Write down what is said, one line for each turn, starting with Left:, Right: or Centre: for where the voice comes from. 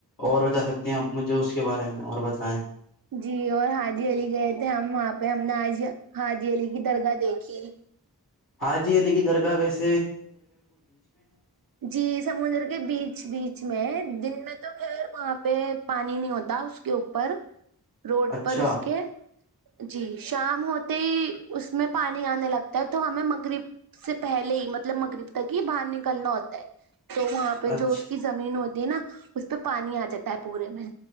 Left: اور بتا سکتے پ مجھے اس کے بارے میں اور بتائیں
Right: جی اور حاجی علی گئے تھے ہم وہاں پہ ہم نے آج حاجی علی کی درگاہ دیکھی
Left: حاجی لی گ درگاوے سے
Right: جی سمندر کے بیچ بیچ میں دن میں تو خیر وہاں پہ پانی نہیں ہوتا اس کے اوپر روڈ
Left: اچھا
Right: پر اس کے جی شام ہوتے ہی اس میں پانی آنے لگتا ہے تو ہمیں مغرب سے پہلے ہی ملب مطلب مغرب تک ہی باہر نکلنا ہوتا ہے تو وہاں پہ
Left: اچھا
Right: جو اس کی زمین ہوتی ہے نا اس پہ پانی آ جاتا ہے پورے میں